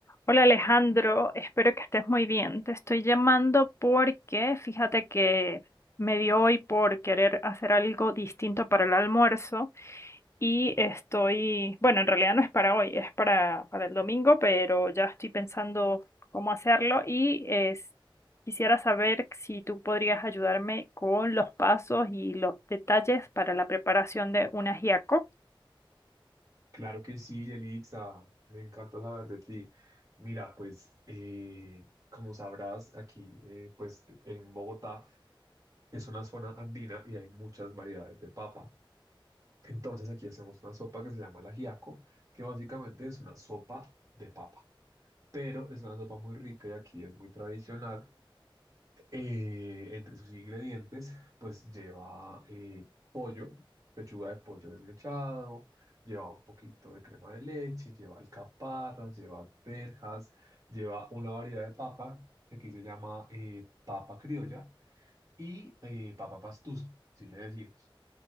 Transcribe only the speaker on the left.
Hola Alejandro, espero que estés muy bien. Te estoy llamando porque fíjate que me dio hoy por querer hacer algo distinto para el almuerzo y estoy, bueno, en realidad no es para hoy, es para, para el domingo, pero ya estoy pensando cómo hacerlo y es, quisiera saber si tú podrías ayudarme con los pasos y los detalles para la preparación de un ajiaco.